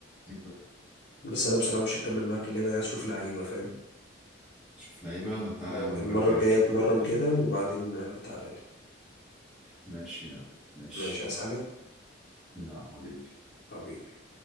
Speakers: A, in the centre; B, on the left.
A: يبقى
B: بس انا بصراحة مش هكمل معاك اللعبة انا عايز اشوف لعيبة فاهم
A: شوف لعيبة طب تعالى
B: اه
A: يا عم المرة
B: المرة
A: الجاية
B: الجاية
A: نشوف
B: اتمرن
A: لعيبة
B: كده وبعدين آه، تعالى لي
A: ماشي يا عم ماشي
B: ماشي عايز حاجة
A: لا حبيبي
B: حبيبي